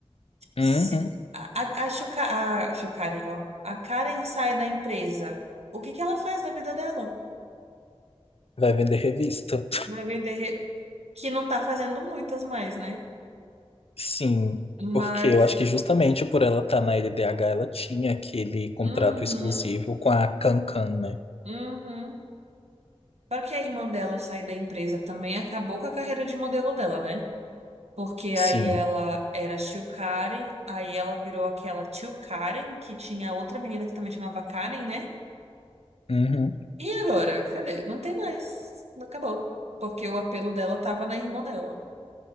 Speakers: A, on the right; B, on the left.
A: Se,
B: Uhum.
A: a, a, a, Chuca- a, Chu Karen, ó, a Karen sai da empresa. O que que ela faz da vida dela?
B: Vai vender revista.
A: Vai vender re- que não tá fazendo muitas mais, né?
B: Sim,
A: Mas,
B: porque eu acho que justamente por ela estar na LDH, ela tinha aquele contrato
A: uhum,
B: exclusivo com a Cancan, né?
A: uhum. Claro que a irmã dela sair da empresa também acabou com a carreira de modelo dela, né? Porque
B: Sim.
A: aí ela era Shio Karen, aí ela virou aquela Tio Karen, que tinha outra menina que também chamava Karen, né?
B: Uhum,
A: E agora? Cadê? Não tem mais. Acabou. Porque o apelo dela tava na irmã dela.